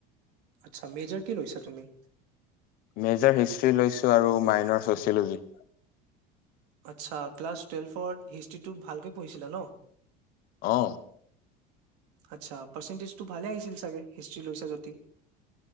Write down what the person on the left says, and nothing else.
মেজৰ হিষ্ট্ৰি লৈছোঁ আৰু মাইনৰ ছচিয়'লজি
অ',